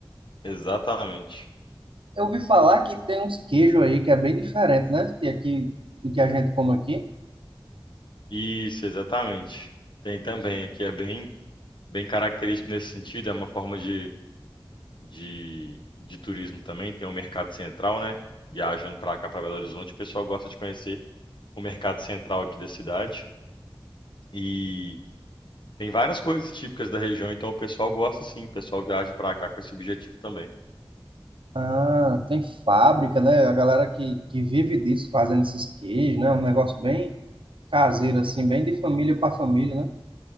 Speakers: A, on the left; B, on the right.
A: Exatamente.
B: Eu ouvi falar que tem uns queijos aí que é bem diferente, né? Que aqui, do que a gente come aqui.
A: Isso, exatamente. Tem também. Aqui é bem, bem característico nesse sentido. É uma forma de, de, de turismo também. Tem o mercado central, né? Viajando para cá, para Belo Horizonte, o pessoal gosta de conhecer o mercado central aqui da cidade. E tem várias coisas típicas da região, então o pessoal gosta sim, o pessoal viaja pra cá com esse objetivo também.
B: Ah, tem fábrica, né? A galera que, que vive disso, fazendo esses queijos, né? Um negócio bem caseiro, assim, bem de família para família, né?